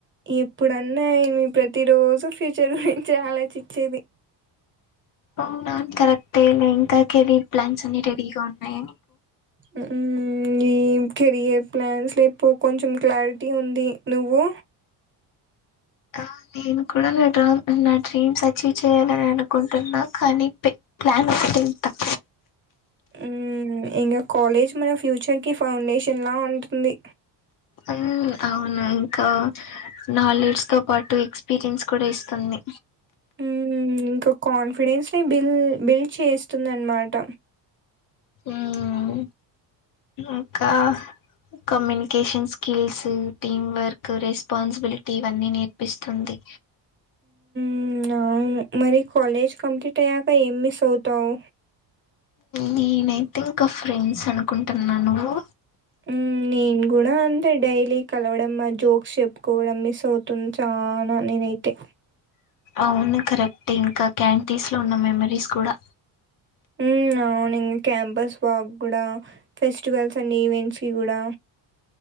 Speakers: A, on the right; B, on the left.
A: ఎప్పుడన్నా ఏమి ప్రతి రోజు ఫ్యూచర్ గురించే ఆలోచిచ్చేది
B: అవునా కరెక్టేలే ఇంకా కెరీర్ ప్లాన్స్ అన్ని రెడీగా ఉన్నాయి
A: మ్మ్ కెరియర్ ప్లాన్స్లో ఇప్పుడు కొంచెం క్లారిటీ ఉంది నువ్వు
B: కా నేను కూడా నా డమ్ నా డ్రీమ్స్ అచీవ్ చేయ్యాలని అనుకుంటున్నా కానీ ప్లాన్ పెన్ ట
A: మ్మ్ ఇంక కాలేజ్ మన ఫ్యూచర్ కి ఫౌండేషన్ లా ఉంటుంది
B: అవు అవును ఇంకా నాలెడ్జ్ తో పాటు ఎక్స్పీరియన్స్ కూడా ఇస్తుంది
A: మ్మ్ ఇంక కాన్ఫిడెన్స్ ని బిల్ బిల్డ్ చేస్తుందన్మాట
B: మ్మ్ ఒకా communication skills team work responsibility ఇవన్నీ నేర్పిస్తుంది
A: మ్మ్ అవును మరి కాలేజ్ కంప్లీట్ అయ్యాక ఏం మిస్ అవుతావ్
B: నేనైతే ఇంక ఫ్రెండ్స్ అనుకుంటున్నా నువ్వు
A: మ్మ్ నేను గూడ అంతే డైలీ కలవడం మా జోక్స్ చెప్పుకోవడం మిస్ అవుతున్ చానా అయితే
B: అవును కరెక్ట్ ఇంకా క్యాంటీన్స్ లో ఉన్న మెమరీస్ కూడా
A: హ్మ్. అవును క్యాంపస్ వాక్ గుడ ఫెస్టివల్స్ అండ్ ఈవెంట్స్ కి గుడా